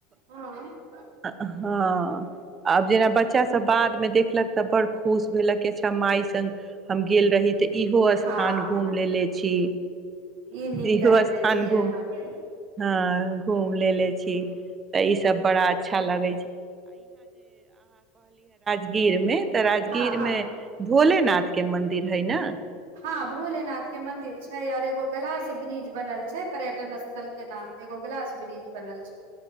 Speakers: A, on the right; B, on the right.
A: हँ
B: हँ आब जेना बच्चा सब बाद में देखलक ते बड़ खुश भेलकच माइ सङ्ग हम गेलेल रहे ते इहो
A: हँ
B: स्थान घूम लेले छी
A: ई नीक
B: इहो
A: कहले
B: स्थान
A: छियै
B: घुम
A: अहाँके
B: ह घूम लेले छी सब बड़ा अच्छा लाग छै
A: हँ हँ
B: <unintelligible> भोलेनाथ के मंन्दिर है ने
A: हँ भोलेनाथ के मंदिर छै यर एगो ग्िलास ब्रिज बनल छै पर्यटन स्थल के नाम पे एगो ग्िलास ब्रिज बनल छै